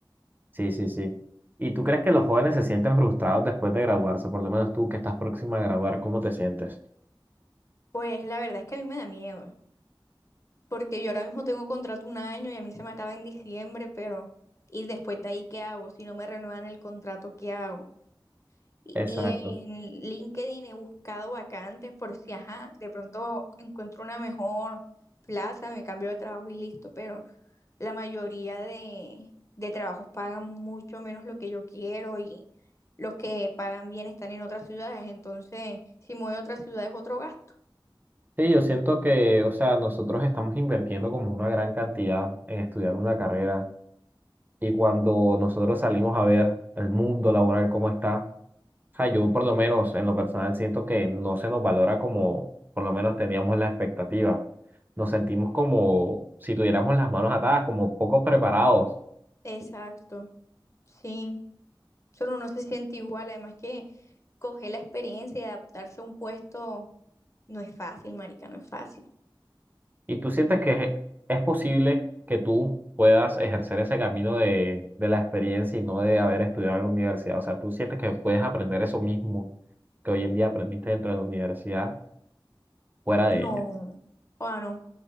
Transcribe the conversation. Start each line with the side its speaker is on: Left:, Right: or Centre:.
Right: Sí, sí, sí. ¿Y tú crees que los jóvenes se sienten frustrados después de graduarse? Por lo menos tú que estás próxima a graduar, ¿cómo te sientes?
Left: Pues la verdad es que a mí me da miedo, porque yo ahora mismo tengo contrato un año y a mí se me acaba en diciembre, pero ¿y después de ahí qué hago? Si no me renuevan el contrato, ¿qué hago? Y,
Right: Exacto.
Left: y en LinkedIn he buscado vacantes por si, ajá, de pronto encuentro una mejor plaza, me cambio de trabajo y listo, pero la mayoría de, de trabajos pagan mucho menos lo que yo quiero y los que pagan bien están en otras ciudades, entonces si me voy a otras ciudades es otro gasto.
Right: Sí, yo siento que, o sea, nosotros estamos invirtiendo como una gran cantidad en estudiar una carrera y cuando nosotros salimos a ver el mundo laboral cómo está, O sea, yo por lo menos en lo personal siento que no se nos valora como por lo menos teníamos la expectativa. Nos sentimos como si tuviéramos las manos atadas, como pocos preparados.
Left: Exacto, sí. Solo uno se siente igual, además que coger la experiencia y adaptarse a un puesto no es fácil, marica, no es fácil.
Right: Y tú sientes que es, es posible que tú puedas ejercer ese camino de, de la experiencia y no de haber estudiado en la universidad. O sea, tú sientes que puedes aprender eso mismo que hoy en día aprendiste dentro de la universidad, fuera de
Left: No.
Right: ella.
Left: O no,